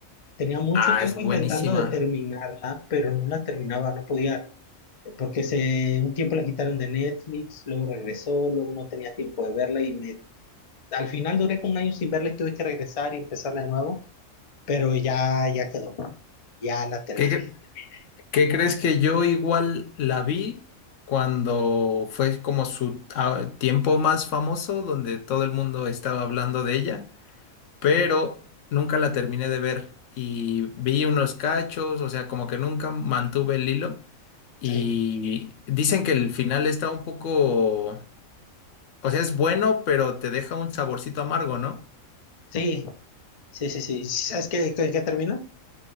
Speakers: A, on the left (about 50°); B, on the left (about 70°).
A: Tenía mucho
B: Ah,
A: tiempo
B: es buenísima.
A: intentando de terminarla, pero no la terminaba, no podía, porque se, un tiempo la quitaron de Netflix, luego regresó, luego no tenía tiempo de verla y me, al final duré como un año sin verla y tuve que regresar y empezarla de nuevo, pero ya, ya quedó, ya la terminé.
B: ¿Qué, cre- qué crees que yo igual la vi cuando fue como su ah, tiempo más famoso, donde todo el mundo estaba hablando de ella, pero nunca la terminé de ver y vi unos cachos, o sea, como que nunca mantuve el hilo y
A: Sí,
B: dicen que el final está un poco... O sea, es bueno, pero te deja un saborcito amargo, ¿no?
A: sí, sí, sí, sí. ¿Sabes qué, qué, qué termina?